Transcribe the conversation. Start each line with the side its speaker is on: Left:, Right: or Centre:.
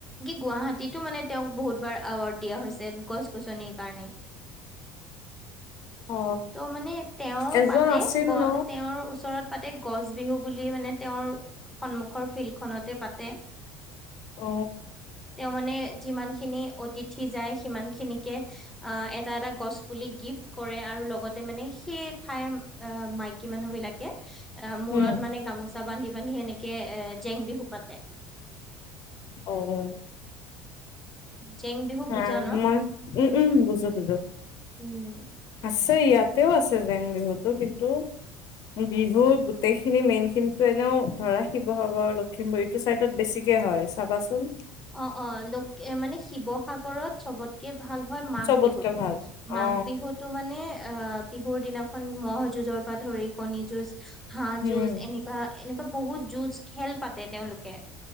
Centre: গুৱাহাটীতো মানে তেওঁক বহুতবাৰ এৱাৰ্ড দিয়া হৈছে গছ গছনিৰ কাৰণে
Left: অ
Centre: ত' মানে তেওঁ
Left: এজন
Centre: পাতে
Left: আছিল
Centre: গ
Left: ন
Centre: তেওঁৰ ওচৰত পাতে গছ বিহু বুলি মানে তেওঁৰ সন্মুখৰ ফিল্ড খনতে পাতে।
Left: অ
Centre: তেওঁ মানে যিমান খিনি অতিথি যায় সিমান খিনিকে অ এটা এটা গছ বুলি গিফ্ট কৰে আৰু লগত মানে সেই ঠাইৰ অ মাইকী মানুহ বিলাকে অ মূৰত
Left: উম
Centre: মানে গামোচা বি বান্ধি এনেকে জেং বিহু পাতে।
Left: অ অ
Centre: জেং বিহু
Left: হ
Centre: বুজা ন
Left: মই উম উম বুজো বুজো,
Centre: উম
Left: আছ ইয়াতেও আছে জেং বিহুতো কিন্তু বিহু গোটেইখিনি মেইন খিনিতো এনেও ধৰা শিৱসাগৰ লখিমপুৰ এইটো চাইদত বেছিকে হয় চাবাচোন।
Centre: অ অ লোক মানে শিৱসাগৰত চবতে তকে ভাল হয় মাঘ
Left: চবতকে
Centre: বিহুতটো
Left: ভাল
Centre: মাঘ
Left: অ
Centre: বিহুতটো মানে অ বিহুৰ দিনাখন মহ' যুঁজৰ পৰা ধৰি কণী যুঁজ হাঁহ
Left: উম
Centre: যূজ এনেকা এনেকুৱা বহুত যুজ খেল পাতে তেওঁলোকে